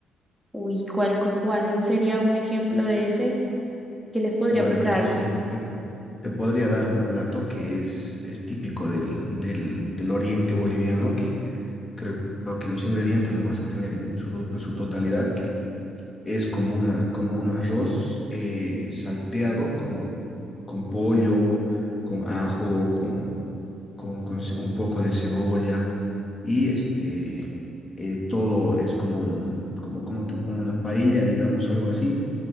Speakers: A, in the centre; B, on the left.
A: Uy, ¿cuál, cu- cuál sería un ejemplo de ese? ¿Qué les podría
B: Bueno,
A: preparar?
B: entonces te, te, te podría dar un plato que es, es típico del, del, del oriente boliviano, que creo que los ingredientes los vas a tener en su, do- en su totalidad, que es como, una, como un arroz eh, salteado con, con pollo, con ajo, con con, con ce- un poco de cebolla y este, eh, todo es como, un- como, como, te- como una paella, digamos, algo así,